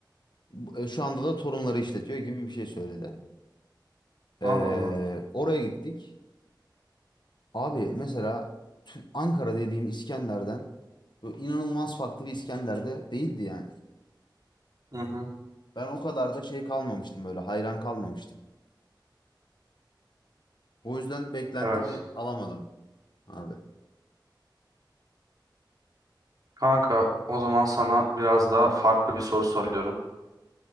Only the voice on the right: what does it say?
Allah Allah.
Hı hı.
Evet.
Kanka o zaman sana biraz daha farklı bir soru soruyorum.